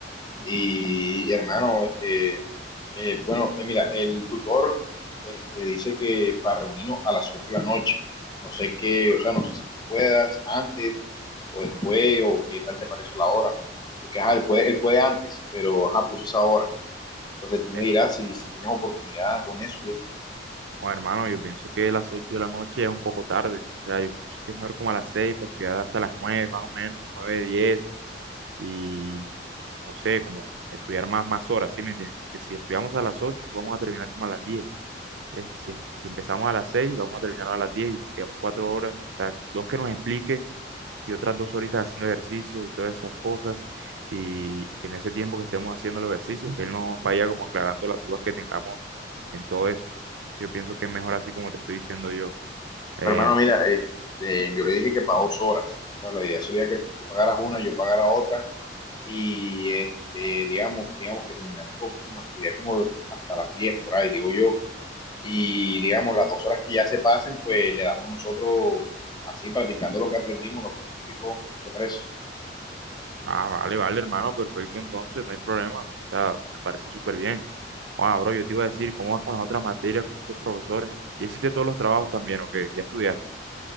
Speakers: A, on the left; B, on the right.
A: Y, hermano, este, eh, bueno, eh, mira, el tutor este, dice que para reunirnos a las 8 de la noche. No sé qué, o sea, no sé si tú puedas antes o después o qué tal te parece la hora. Porque, ajá, él puede, él puede antes, pero, ajá, puso esa hora. Entonces tú me
B: Eh,
A: dirás si, si tienes oportunidad con eso. Y eso.
B: oh, hermano, yo pienso que las ocho de la noche ya es un poco tarde. O sea, yo pienso que es mejor como a las 6 pues estudiar hasta las 9 más o menos, 9 10 y no sé, como estudiar más, más horas, ¿sí me entiendes? Porque si estudiamos a las 8 vamos a terminar como a las diez Eh, si, si empezamos a las 6, vamos a terminar a las 10 y nos quedamos 4 horas. O sea, dos que nos explique y otras dos horitas haciendo ejercicio y todas esas cosas. Y en ese tiempo que estemos haciendo los ejercicios, que él nos vaya como aclarando las dudas que tengamos en todo eso. Yo pienso que es mejor así como te estoy diciendo yo. Eh,
A: Pues, hermano, mira, eh, eh, yo le dije que para dos horas. O sea, la idea sería que tú pagaras una, yo pagara otra. Y este, digamos, digamos que terminamos como estudiar como hasta las 10 por ahí, digo yo. Y digamos, las dos horas que ya se pasen, pues le damos nosotros así practicando lo que aprendimos, lo que me explicó, de preso.
B: ah, vale, vale, hermano, perfecto, entonces, no hay problema. O sea, me parece súper bien. Wow, bro, yo te iba a decir, ¿cómo vas con las otras materias, con los otros profesores? ¿Y hiciste todos los trabajos también o qué? ¿Ya estudiaste?